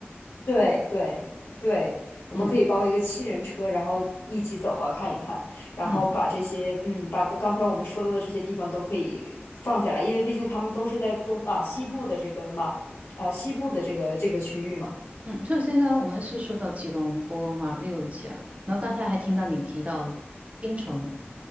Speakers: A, on the left (about 75°); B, on the right (about 35°).
A: 对对对，我们可以包一个七人车，
B: 嗯
A: 然后一起走啊，看一看，然后把这些，
B: 嗯
A: 嗯，把个刚才我们说到的这些地方都可以放下来，因为毕竟他们都是在东啊西部的这个马啊西部的这个这个区域嘛。
B: 嗯，所以现在我们是说到吉隆坡嘛马六甲，然后刚才还听到你提到槟城。